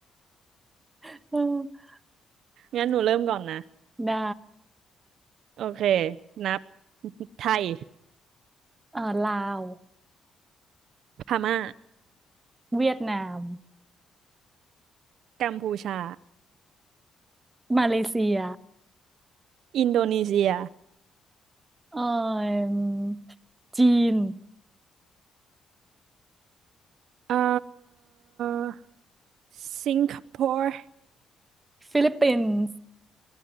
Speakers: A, on the right; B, on the right.
A: <laughs>
B: งั้นหนูเริ่มก่อนนะ
A: ได้
B: โอเคนับ ไทย
A: เอ่อลาว
B: พม่า
A: เวียดนาม
B: กัมพูชา
A: มาเลเซีย
B: อินโดนีเซีย
A: เอ่อจีน
B: เอ่อ สิงคโปร์
A: ฟิลิปปินส์